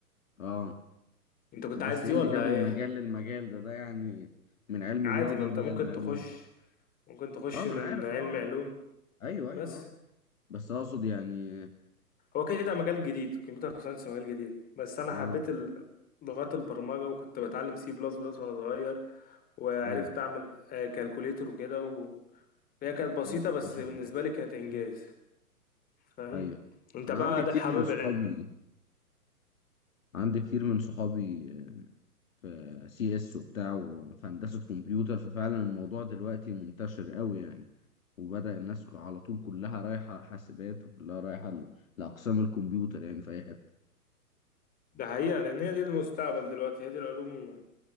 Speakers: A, on the left; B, on the left.
A: اه
B: انت كنت
A: بس
B: عايز دي
A: ايه اللي
B: ولا
A: جاب المجال
B: ايه؟
A: للمجال ده ده يعني من علم
B: عادي
A: رياضة
B: ما انت
A: ودي
B: ممكن
A: علم علوم
B: تخش ممكن تخش
A: اه ما
B: من
A: انا عارف
B: علم
A: اه آه.
B: علوم
A: ايوه ايوه
B: بس
A: اه بس اقصد يعني
B: هو كده كده مجال جديد كمبيوتر ساينس مجال جديد بس انا
A: اه
B: حبيت ال- لغات البرمجة وكنت بتعلم سي بلس بلس وانا صغير وعرفت
A: ايوه
B: اعمل كالكوليتر وكده و- وهي كانت بسيطة
A: مم،
B: بس
A: ما شاء
B: بالنسبة
A: الله
B: لي كانت انجاز فاهم
A: ايوه
B: انت
A: انا
B: بقى
A: عندي كتير
B: ده حابب
A: من صحابي
B: الع-
A: عندي كتير من صحابي في سي اس وبتاع وفي هندسة كمبيوتر ففعلا الموضوع دلوقتي منتشر قوي يعني وبدأ الناس على طول كلها رايحة حاسبات وكلها رايحة ل- لأقسام الكمبيوتر يعني في أي حتة
B: ده حقيقة لان هي دي المستقبل دلوقتي هي دي العلوم